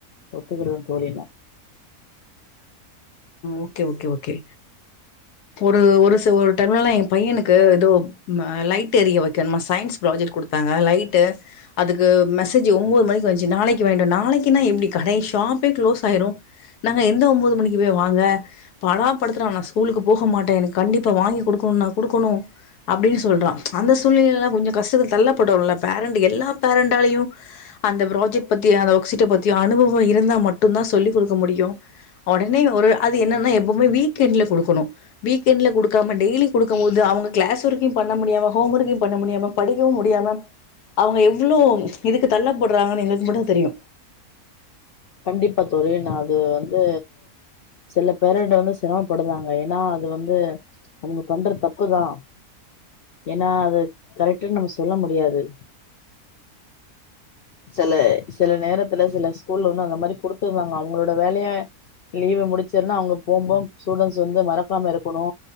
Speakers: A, on the left; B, on the left.
A: ஒத்துக்கிடுதுன்னு தோழல்லான்
B: ஓகே ஓகே ஓகே ஒரு ஒரு டைம்ல பையனுக்கு ஏதோ லைட் எரிய வைக்கணுமா சயின்ஸ் ப்ராஜெக்ட் கொடுத்தாங்க லைட்டு அதுக்கு மெசேஜ் ஒன்பது மணிக்கு வந்துச்சு நாளைக்குவேண்டும் நாளைக்குனா எப்படி கடை ஷாப்பே க்ளோஸ் ஆயிரும் நாங்க எந்த ஒன்பது மணிக்கு போ வாங்க பாடாப் படுத்துறான் நான் ஸ்கூலுக்கு போக மாட்டேன் எனக்கு கண்டிப்பா வாங்கி குடுக்கணா குடுக்கணு அப்டின்னு சொல்றா அந்த சூழ்நிலைல கொஞ்சொ கஷ்ட தள்ளப்படுறோல ஃபேரண்ட் எல்லா ஃபேரண்டாலயு அந்த ப்ராஜெக்ட் பத்திய அந்த ஒர்க் சீட்ட பத்தியோ அனுபவொ இருந்தா மட்டுந்தா சொல்லிக் குடுக்க முடியு ஒடனே ண்மயில் ஒரு அது என்னனா எப்பவுமே வீக்கெண்ட்ல கொடுக்கணு வீக் கெண்ட்ல குடுக்காம டெய்லி குடுக்கம் போது அவங்கள் கிளாஸ் ஒர்க்கயு பண்ண முடியாம ஹோம் ஒர்க்கையு பண்ண முடியாம படிக்கவு முடியாம அவங்க எவ்ளோ இதுக்கு தள்ளப்படுறாங்கன்னு எங்களுக்கு மட்டுதா தெரியு
A: கண்டிப்பா தோழி நா அது வந்து சில ஃபேரண்ட வந்து சிரமப்படுறாங்க ஏன்னா அது வந்து அவங்க பண்றது தப்புதா ஏனா அது கரெக்டுன் நம்ம சொல்ல முடியாது செல செல நேரத்துல செல ஸ்கூல்ல வந்து அந்த மாரி குடுத்தறாங்க அவங்களோட வேலைய லீவு முடிச்சதுன்னா அவங்க போகும்போ ஸ்டூடெண்ட்ஸ் வந்து மறக்காம இருக்கணு